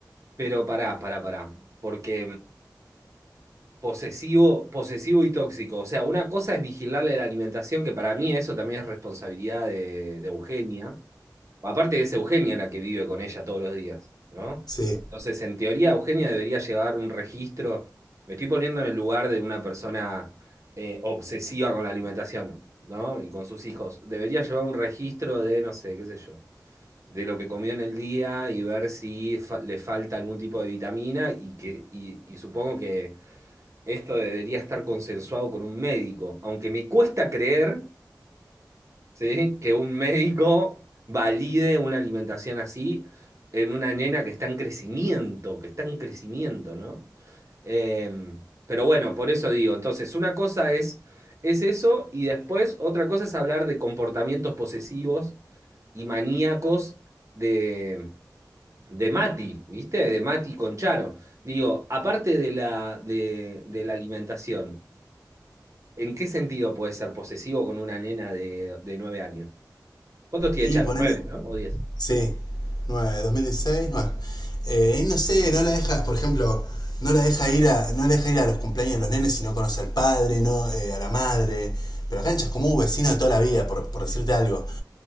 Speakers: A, on the right (about 45°); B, on the left (about 65°).
A: Pero pará, pará, pará. Porque posesivo, posesivo y tóxico. O sea, una cosa es vigilarle la alimentación, que para mí eso también es responsabilidad de de Eugenia. Aparte es Eugenia la que vive con ella todos los días, ¿no?
B: Sí.
A: Entonces, en teoría, Eugenia debería llevar un registro. Me estoy poniendo en el lugar de una persona eh, obsesiva con la alimentación, ¿no? Y con sus hijos. Debería llevar un registro de, no sé, qué sé yo, de lo que comió en el día y ver si fa- le falta algún tipo de vitamina y que, y, y supongo que esto debería estar consensuado con un médico. Aunque me cuesta creer ¿sí? Que un médico valide una alimentación así en una nena que está en crecimiento, que está en crecimiento, ¿no? Eh, pero bueno, por eso digo, entonces una cosa es, es eso y después otra cosa es hablar de comportamientos posesivos y maníacos de, de Mati, ¿viste? De Mati con Charo. Digo, aparte de la, de, de la alimentación. ¿En qué sentido puede ser posesivo con una nena de, de nueve años? ¿Cuántos tiene
B: Y
A: Charo?
B: ponerle,
A: ¿Nueve, no? ¿O diez?
B: sí, 9, 2016, 9. Eh, y no sé, no la deja, por ejemplo, no la deja ir a, no la deja ir a los cumpleaños de los nenes si no conoce al padre, no, eh, a la madre. Pero acá en Chascomú, vecino de toda la vida, por, por decirte algo.